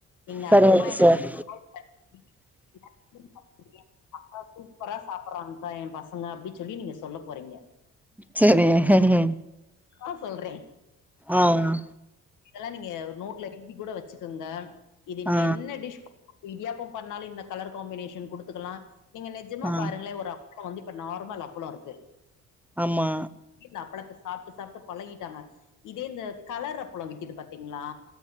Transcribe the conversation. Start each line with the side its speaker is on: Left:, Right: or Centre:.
Left: நீங்க
Centre: சரிங்க
Left: அப்பறமா என்னக்
Centre: சார்
Left: கால் பன்னி <inaudible> அக்கா சூப்பரா சாப்பறாங்கா ஏ பசங்க அப்டி சொல்லி நீங்க சொல்ல போறீங்க
Centre: சரிங்க சரிங்க
Left: ஆ சொல்றே
Centre: ஆ அ
Left: இதெல்லா நீங்க நோட்ல எழுதி கூட வச்சுக்கங்க இது நீங்க
Centre: ஆ
Left: என்ன டிஷ் இடியாப்ப பண்ணாலு இந்த கலர் காம்பினேஷன் குடுத்துக்கலா நீங்க நெஜமா
Centre: ஆ
Left: பாருங்களே ஒரு அ ப்பள வந்து இப்ப நார்மல் அப்பள இருக்கு
Centre: ஆமா
Left: இந்த அப்பளத்த சாப்ட்டு சாப்ட்டு பழகிட்டாங்க இதே இந்த கலர் அப்பள விக்குது பாத்தீங்களா